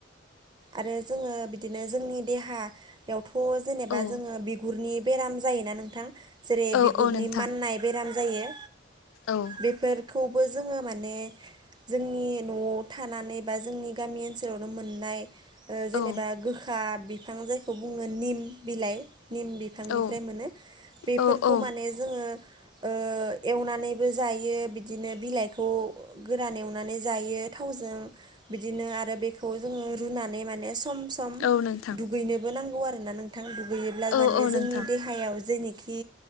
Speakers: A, on the right; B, on the left.
A: आरो जोङो बिदिनो जोंनि देहा यावथ' जेनेबा
B: औ
A: जोङो बिगुरनि बेराम जायोना नोंथां जेरै
B: औ
A: बिगुरनि
B: औ नोंथां
A: माननाय बेराम जायो
B: औ
A: बेफोरखौबो जोङो माने जोंनि न'आव थानानै बा जोंनि गामि ओनसोलावनो मोननाय ओ जेनेबा
B: औ
A: गोखा बिफां जायखौ बुङो निम बिलाइ निम बिफांनिफ्राय
B: औ
A: मोनो बेफोरखौ
B: औ औ
A: माने जोङो ओ एवनानैबो जायो बिदिनो बिलाइखौ गोरान एवनानै जायो थावजों बिदिनो आरो बेखौ जोङो रुनानै माने सम सम
B: औ नोंथां
A: दुगैनोबो नांगौ आरोना नोंथां थां दुगैयोब्ला
B: औ
A: माने
B: औ
A: जोंनि
B: नोंथां
A: देहायाव जोंनि खि